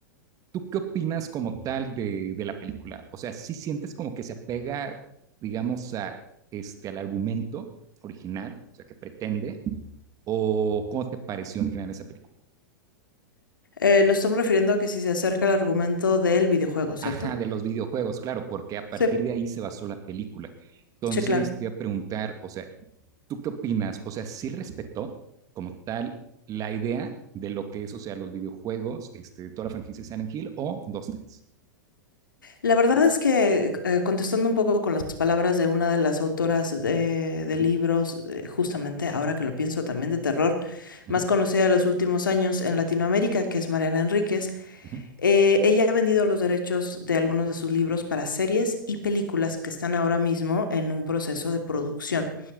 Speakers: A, on the right; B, on the left.
A: ¿Tú qué opinas como tal de, de la película? O sea, ¿sí sientes como que se apega, digamos, a, este, al argumento original, o sea, que pretende? ¿O cómo te pareció en general esa película?
B: Eh, nos estamos refiriendo a que si se acerca el argumento del videojuego, ¿cierto?
A: Ajá, de los videojuegos, claro, porque a partir
B: Sí,
A: de ahí se basó la película. Entonces,
B: sí, claro.
A: te iba a preguntar, o sea, ¿tú qué opinas? O sea, ¿sí respetó como tal la idea de lo que es, o sea, los videojuegos, este, toda la franquicia de Silent Hill o dos tres.
B: La verdad es que, eh, contestando un poco con las palabras de una de las autoras de, de
A: Ujú,
B: libros, eh, justamente ahora que lo pienso también de terror,
A: ujú,
B: más conocida de los últimos años en Latinoamérica, que es Mariana Enríquez,
A: ujú,
B: eh, ella ha vendido los derechos de algunos de sus libros para series y películas que están ahora mismo en un proceso de producción.